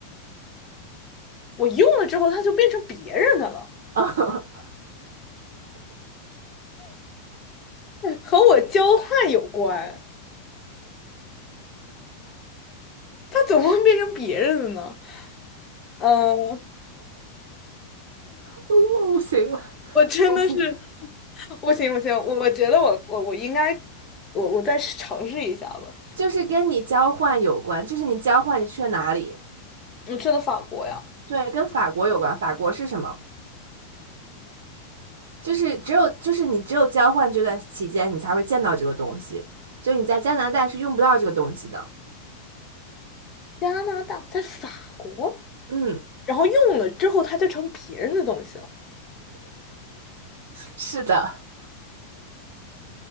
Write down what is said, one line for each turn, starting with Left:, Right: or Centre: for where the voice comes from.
Left: 我用了之后，它就变成别人的了，
Right: <laughs> 我
Left: 和我交换有关。它怎么会变成别人的呢？嗯，呃
Right: 不行了，
Left: 我真的是，
Right: 我不行了。
Left: 不行不行，我我觉得我我我应该，我我再尝试一下吧。
Right: 就是跟你交换有关，就是你交换你去了哪里？
Left: 我去了法国呀，
Right: 对，跟法国有关。法国是什么？就是只有就是你只有交换这段期间，你才会见到这个东西。就你在加拿大是用不到这个东西的。
Left: 加拿大，在法国，
Right: 嗯，
Left: 然后用了之后，它就成别人的东西了。
Right: 是的，